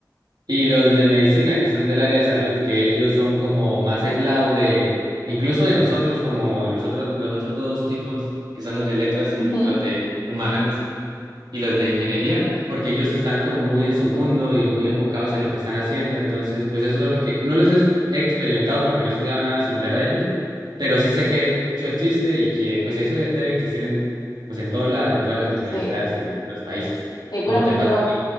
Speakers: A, on the right (about 75°); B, on the left (about 75°).
A: y los de medicina, que son del área de salud, que ellos son como más aislados de, incluso de nosotros, como los otros, los otros dos tipos, que son los de letras
B: ujú.
A: y los de humanas y los de ingeniería, porque ellos están como muy en su mundo y muy enfocados en lo que están haciendo. Entonces, pues eso es lo que, no los he exp- he experimentado porque no he estudiado nada similar a ellos, pero sí sé que eso existe y que pues eso debe existir en, pues en todos lados, en todas las universidades
B: Sí,
A: y en los países,
B: seguramente
A: como te pasa
B: no.
A: a ti.